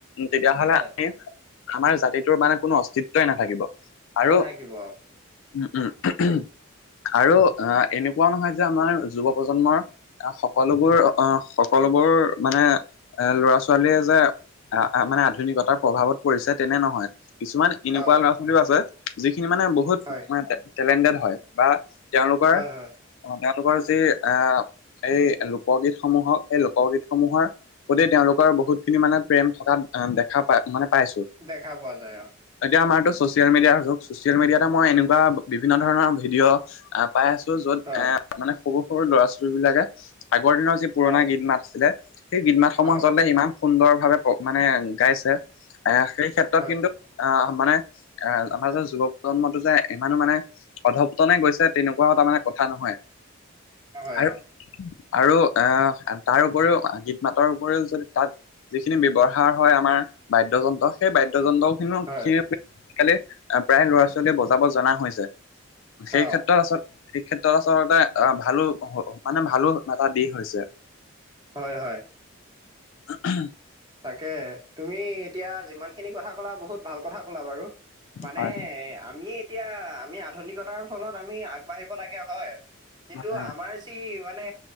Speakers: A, on the left; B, on the right.
A: তেতিয়াাহ'লে
B: হয়,
A: আমি আমাৰ জাতিটোৰ মানে কোনো অস্তিত্বই নাথাকিব। আৰু
B: নাথাকিব।
A: উম, উম। <unintelligible> আৰু আ এনেকুৱাও নহয় যে আমাৰ যুৱ প্ৰজন্মৰ সক সকলোবোৰ অ সকলোবোৰ মানে এ ল'ৰা-ছোৱালীয়ে যে আ আ মানে আধুনিকতাৰ প্ৰভাৱত পৰিছে তেনে নহয়, কিছুমান এনেকুৱা
B: অ,
A: ল'ৰা- ছোৱালীও আছে, যিখিনি মানে বহুত
B: হয়,
A: তোমাৰ টে টেলেণ্টেড হয় বা তেওঁলোকৰ,
B: হয়, হয়,
A: অ তেওঁলোকৰ যি আ এই লোকগীতসমূহক এই লোকগীতসমূহৰ প্ৰতি তেওঁলোকৰ বহুতখিনি মানে প্ৰেম থকা আ দেখা পাই মানে পাইছো।
B: দেখা পোৱা যায় অ।
A: এতিয়া আমাৰতো চচিয়েল মিডিয়াৰ যুগ, চচিয়েল মিডিয়াতে মই এনেকুৱা বিভিন্ন ধৰণৰ ভিডিঅ' আ পাই আছো য'ত
B: হয়,
A: এ মানে সৰু সৰু ল'ৰা- ছোৱালীবিলাকে আগৰ দিনৰ যি পুৰণা
B: হয়,
A: গীত-মাত আছিলে, সেই গীত-মাতসমূহ
B: অ,
A: আচলতে ইমান সুন্দৰভাৱে প্ৰ মানে গাইছে, এ সেই ক্ষেত্ৰত
B: হয়,
A: কিন্তু অ মানে এ আমাৰ যে যুৱ প্ৰজন্মটো যে ইমানো মানে অধপতনে গৈছে তেনেকুৱাও তাৰমানে কথা নহয়।
B: নহয়
A: আৰু
B: অ,
A: আৰু আ তাৰ উপৰিও গীত-মাতৰ উপৰিও যদি তাত যিখিনি ব্যৱহাৰ হয় আমাৰ বাদ্যযন্ত্ৰ, সেই বাদ্যযন্ত্ৰ খিনিও
B: হয়,
A: খিনি আজি-কালি প্ৰায় ল'ৰা-ছোৱালীয়ে বজাব জনা হৈছে। সেই
B: অ,
A: ক্ষেত্ৰত আচল এই ক্ষেত্ৰত আচলতে অ ভালো মানে ভালো এটা দিশ হৈছে।
B: হয়, হয়।
A: <unintelligible>
B: তাকে, তুমি এতিয়া যিমানখিনি কথা ক'লা বহুত ভাল কথা ক'লা বাৰু। মানে
A: হয়
B: আমি এতিয়া আমি আধুনিকতাৰ ফলত আমি আগবাঢ়িব লাগে হয়। কিন্তু
A: হয়
B: আমাৰ টি মানে